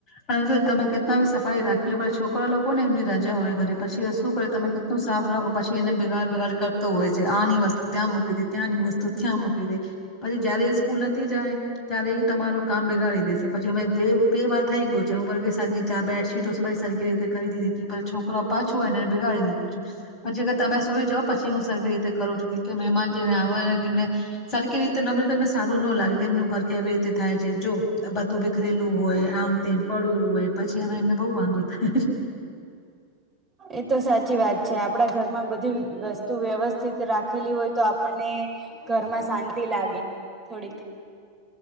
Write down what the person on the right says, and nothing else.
એ સાચી વાત છે, આપણા ઘરમાં બધી વસ્તુ વ્યવસ્થિત રાખેલી હોય તો આપણને ઘરમાં શાંતિ લાગે થોડીક